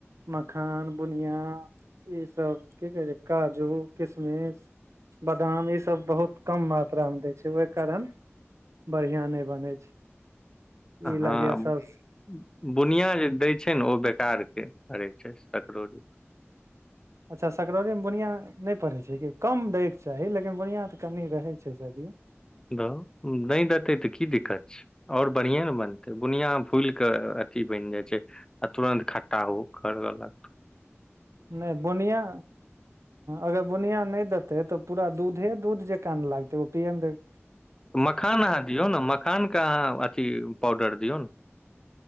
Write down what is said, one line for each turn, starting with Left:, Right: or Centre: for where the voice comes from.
Right: मखान बुनिया ई सब की कहे छै काजू किशमिश गाम मे ई सब बहुत कम मात्रा मे दै छै ओहि कारण बढ़िआँ नहि बनै छै
Left: हँ
Right: ई लागैया सब
Left: बुनिया जे दै छै ने ओ बेकार के करै छै सकड़ौरी
Right: अच्छा सकड़ौरि मे बुनिया नहि पढ़ै छै कि कम दैके चाही लेकिन बुनिआँ तऽ कनि रहै छै शायद यौ
Left: नहि देतै तऽ की दिक्कत छै आओर बढ़िए ने बनतै बुनिया फूल कऽ अथि बनि जाइ छै आ तुरन्त खट्टा हो करक
Right: नहि बुनिया अगर बुनिया नहि देत तै तऽ पूरा दूधे दूध जेका न लागतै ओ पियएमे
Left: मखान अहाँ दियौ ने मखानके अहाँ अथी पाउडर दियौ ने